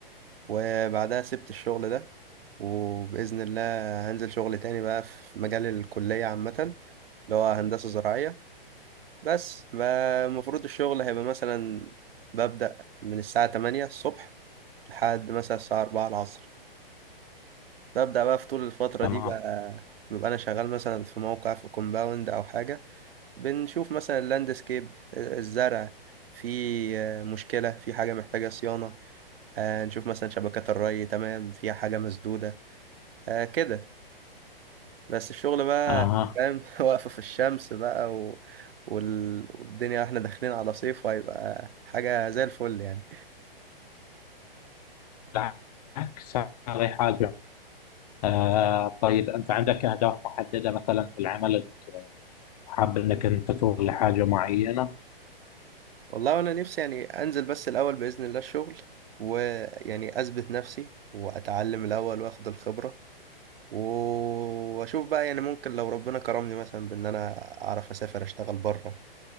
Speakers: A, on the right (about 75°); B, on the left (about 40°).
A: وبعدها سبت الشغل ده وبإذن الله هنزل شغل تاني بقى في مجال الكلية عامة اللي هو هندسة زراعية بس بقى المفروض الشغل هيبقى مثلا ببدأ من الساعة 8 الصبح لحد مثلا الساعة 4 العصر ببدأ بقى في طول الفترة
B: تمام
A: دي بقى ببقى أنا شغال مثلا في موقع في كومباوند أو حاجة بنشوف مثلا اللاندسكيب الزرع في مشكلة في حاجة محتاجة صيانة آه، نشوف مثلا شبكات الري تمام فيها حاجة مسدودة آه، كده بس الشغل بقى
B: اها
A: فاهم <laughs> واقفة في الشمس بقى و... وال... والدنيا احنا داخلين على صيف وهيبقى حاجة زي الفل يعني
B: بالعكس هذه حاجه آه طيب أنت عندك أهداف محددة مثلا في العمل أنك حاب أنك أنت توصل لحاجة معينة
A: والله انا نفسي يعني انزل بس الاول بإذن الله الشغل ويعني اثبت نفسي واتعلم الاول واخد الخبرة و- واشوف بقى يعني ممكن لو ربنا كرمني مثلا بان انا اعرف اسافر اشتغل بره